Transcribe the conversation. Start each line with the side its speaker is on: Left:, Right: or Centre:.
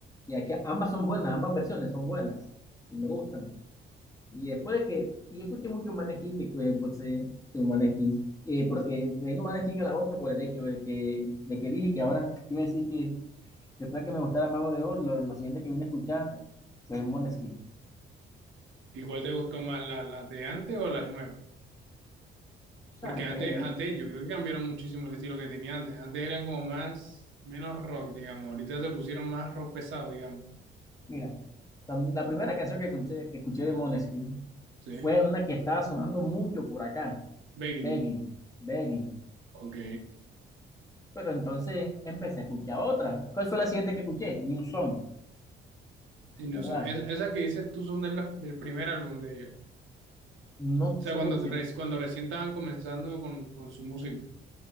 Left: Y aquí ambas son buenas, ambas versiones son buenas y me gustan. Y después de que, y yo escuché mucho Maneskin, que que, pues, eh, que Maneskin, eh, porque me vino Maneskin a la boca por el hecho de que, de que dije que ahora iba a decir que después de que me gustara Mago de Oz, lo, lo siguiente que vine a escuchar fue Maneskin.
Right: ¿Y cuál te gustó más, la- las de antes o las nuevas?
Left: O sea,
Right: Porque antes,
Left: créeme,
Right: antes yo creo que cambiaron muchísimo el estilo que tenía antes. Antes era como más, menos rock, digamos. Ahorita se pusieron más rock pesado, digamos.
Left: Mira, cuando- la primera canción que escuché, que escuché de Måneskin
Right: ¿Sí?
Left: fue una que estaba sonando mucho por acá,
Right: Begging.
Left: Begging, Begging.
Right: Ok.
Left: Pero entonces empecé a escuchar otra. ¿Cuál fue la siguiente que escuché? New Song,
Right: Sí, no,
Left: ¿verdad?
Right: eso- es- esa que dices tú son de la- del primer álbum de ellos. O
Left: No estoy
Right: sea,
Left: seguro
Right: cuando,
Left: si...
Right: te re- cuando recién estaban comenzando con, con su música.